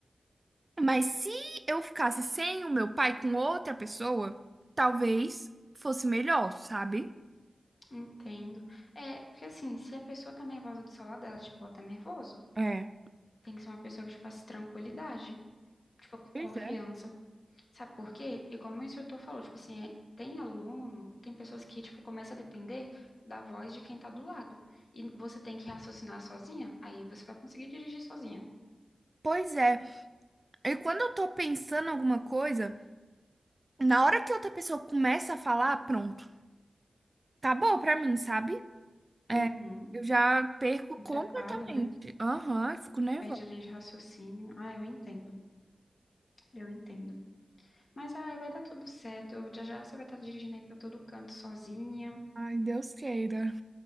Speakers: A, on the right; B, on the left.
A: mas se eu ficasse sem o meu pai com outra pessoa, talvez fosse melhor, sabe?
B: Entendo. É, porque assim, se a pessoa tá nervosa do seu lado, ela te bota nervoso.
A: É,
B: Tem que ser uma pessoa que te faça tranquilidade, tipo, com
A: pois
B: confiança.
A: é.
B: Sabe por quê? Igual meu instrutor falou, tipo assim, é- tem aluno, tem pessoas que, tipo, começa a depender da voz de quem tá do lado. E você tem que raciocinar sozinha, aí você vai conseguir dirigir sozinha.
A: Pois é, e quando eu tô pensando em alguma coisa. Na hora que outra pessoa começa a falar, pronto. Acabou pra mim, sabe?
B: Uhum.
A: É, eu já perco
B: Me
A: completamente.
B: atrapalha, né?
A: Aham, eu fico nervosa.
B: Perde a linha de raciocínio. Ah, eu entendo. Eu entendo. Mas ai, vai dar tudo certo. Eu- Já já você vai estar dirigindo aí para todo canto sozinha,
A: Ai, Deus queira.